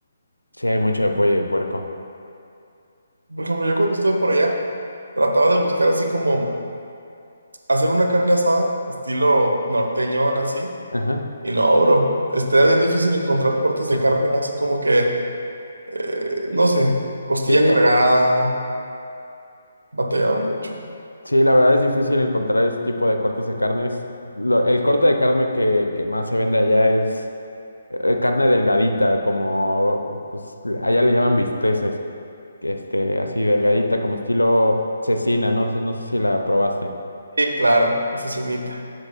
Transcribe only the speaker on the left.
sí, hay mucho de pollo y puerco.
Ajá.
<laughs>
Sí,
Sí, la verdad es difícil encontrar ese tipo de cortes de carnes. Lo- el corte de carne que, que más se vende allá es eh, carne delgadita, como pues, allá le llaman bisteces, que este, así delgadita, como estilo cecina, no, sé- no sé si la probaste.